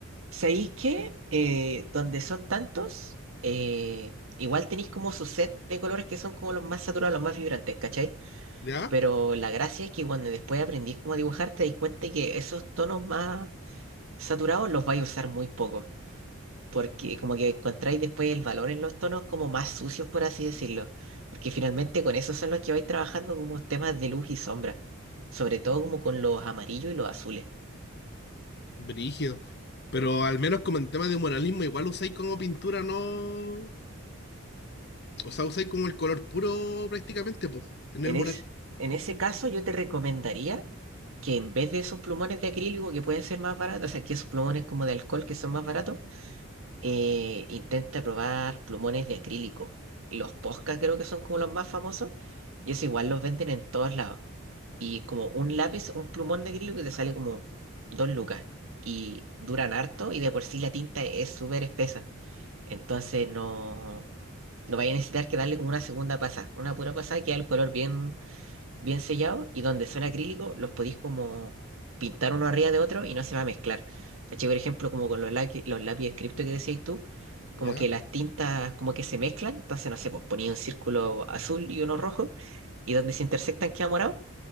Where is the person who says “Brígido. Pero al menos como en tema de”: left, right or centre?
Left